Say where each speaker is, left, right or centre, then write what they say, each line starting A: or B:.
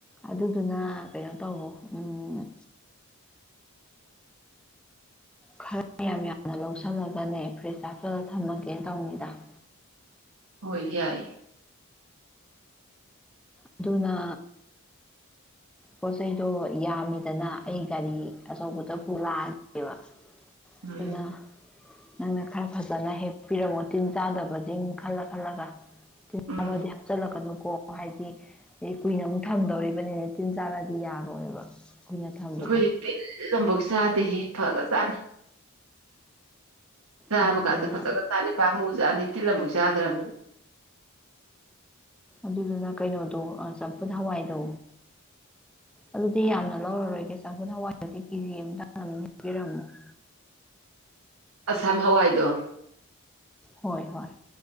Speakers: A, in the centre; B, on the right (about 80°).
A: ꯑꯗꯨꯗꯨꯅ ꯀꯩꯅꯣ ꯇꯧꯔꯣ ꯎꯝ ꯈꯔꯌꯥꯝ ꯌꯥꯝꯅ ꯂꯧꯁꯜꯂꯒꯅꯦ ꯐ꯭ꯔꯤꯖ ꯍꯥꯞꯆꯜꯂ ꯊꯝꯃꯒꯦꯅ ꯇꯧꯅꯤꯗ <inaudible>
B: ꯍꯣꯏ ꯌꯥꯏ
A: ꯑꯗꯨꯅ ꯄꯣꯠ ꯆꯩꯩꯗꯣ ꯌꯥꯝꯃꯤꯗꯅ ꯑꯩ ꯒꯥꯔꯤ ꯑꯆꯧꯕꯗ ꯄꯨ ꯂꯥꯛꯑꯒꯦꯕ
B: ꯎꯝ
A: ꯑꯗꯨꯅ ꯅꯪꯅ ꯈꯔ ꯐꯖꯅ ꯍꯦꯛꯄꯤꯔꯝꯃꯣ ꯇꯤꯟ ꯆꯥꯗꯕꯁꯤꯡ ꯈꯜꯂ ꯈꯜꯂꯒ ꯇꯤꯟꯆꯕꯗꯗꯤ
B: ꯎꯝ
A: ꯍꯥꯞꯆꯤꯜꯂꯛ ꯀꯅꯨꯀꯣ ꯍꯥꯏꯗꯤ ꯀꯨꯏꯅ ꯑꯃꯨꯛ ꯊꯝꯗꯧꯔꯤꯕꯅꯤꯅ ꯇꯤꯟ ꯆꯥꯔꯛꯑꯗꯤ ꯌꯥꯔꯣꯏꯕ ꯀꯨꯏꯅ ꯊꯝꯕꯗꯣ
B: ꯑꯩꯈꯣꯏꯗꯤ ꯇꯤꯟ ꯑꯝꯐꯧ ꯆꯥꯗꯦꯍꯦ ꯐꯔꯒ ꯖꯠꯅꯤ ꯆꯥꯕꯒꯁꯦ
A: ꯑꯗꯨꯗꯨꯅ
B: ꯐꯖꯒ ꯖꯅꯤ ꯄꯝꯃꯨ ꯖꯥꯅꯤ ꯇꯤꯟ ꯑꯝꯕꯨꯛ ꯆꯥꯗ꯭ꯔꯝꯅꯤꯅ
A: ꯑꯗꯨꯗꯨꯅ ꯀꯩꯅꯣꯗꯣ ꯑꯥ ꯆꯝꯐꯨꯠ ꯍꯋꯥꯏꯗꯣ ꯑꯗꯨꯗꯤ ꯌꯥꯝꯅ ꯂꯧꯔꯔꯣꯏꯒꯦ ꯆꯝꯐꯨꯠ ꯍꯋꯥꯏꯗꯨꯗꯤ ꯀꯦꯖꯤ ꯑꯃꯇꯪ ꯑꯗꯨꯝ ꯍꯦꯛꯄꯤꯔꯝꯃꯣ <inaudible>
B: ꯑꯁꯥꯝ ꯍꯋꯥꯏꯗꯣ
A: ꯍꯣꯏ ꯍꯣꯏ